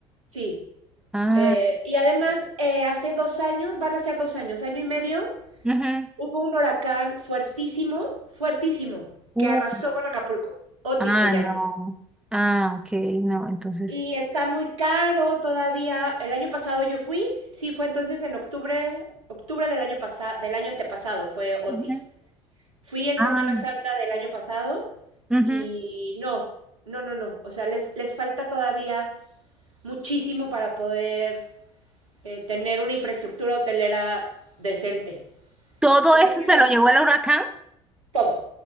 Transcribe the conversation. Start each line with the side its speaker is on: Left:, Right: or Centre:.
Right: Sí.
Centre: Ah,
Right: Eh, y además, eh, hace dos años, van a ser dos años, año y medio,
Centre: ujú.
Right: hubo un huracán fuertísimo, fuertísimo,
Centre: Uh,
Right: que arrasó con Acapulco. Otis
Centre: ah,
Right: se llamó.
Centre: no. Ah, ok, no, entonces.
Right: Y está muy caro todavía. El año pasado yo fui, sí, fue entonces en octubre, octubre del año pasado, del año antepasado fue Otis.
Centre: Ujú.
Right: Fui en
Centre: Ah,
Right: Semana Santa del año pasado
Centre: ujú.
Right: y no, no, no, no. O sea, les, les falta todavía muchísimo para poder eh, tener una infraestructura hotelera decente.
Centre: Todo
Right: Entonces,
Centre: eso
Right: mejor
Centre: se
Right: ahí,
Centre: lo
Right: no.
Centre: llevó el huracán.
Right: todo,